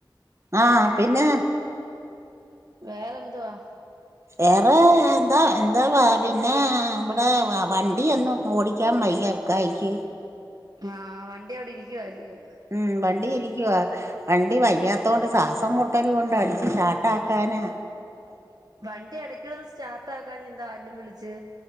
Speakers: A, on the right; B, on the right.
A: ആ പിന്നെ
B: വേറെന്തുവാ
A: വേറെ എന്താ എന്താവാ പിന്നെ ഇവിടെ വണ്ടി ഒന്നും ഓടിക്കാൻ വ യ്യ ഇക്കായിക്ക്
B: ആ വണ്ടി അവിടെ ഇരിക്കുവ അല്ലിയോ
A: ഉം വണ്ടി ഇരിക്കുവ വണ്ടി വയ്യാത്ത കൊണ്ട് സാസം മുട്ടൽ കൊണ്ട് അടിച്ച് ഷാട്ട ആക്കാനാ
B: വണ്ടി എടയ്ക്കന്ന് സ്റ്റാർ ട്ടാക്കനന്താ ആരേലും വിളിച്ച്